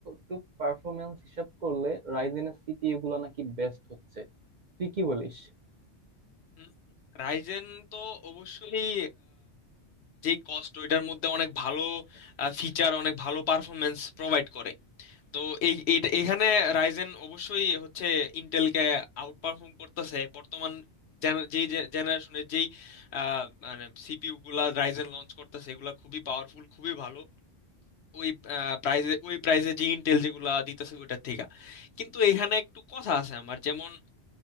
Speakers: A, on the right; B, on the left.
A: টু পারফরমেন্স হিসাব করলে রাইজেনের সিপিইউ গুলো নাকি বেস্ট হচ্ছে তুই কি বলিস
B: হুম, রাইজেন তো অবশ্যই যে কস্ট ওইটার মধ্যে অনেক ভালো ফিচার অনেক ভালো পারফরমেন্স প্রোভাইড করে তো এই এট- এখানে রাইজেন অবশ্যই হচ্ছে ইন্টেলকে আউট পারফর্ম করতেছে বর্তমান gen- যেই জেনারেশনের যেই আহ, মানে সিপিইউ গুলা রাইজেন লঞ্চ করতেছে এগুলা খুবই পাওয়ারফুল খুবই ভালো ওই প্রাইজে ওই প্রাইজে যে ইন্টেল যেগুলা দিতেছে ওইটার থেকে কিন্তু এখানে একটু কথা আছে আমার যেমন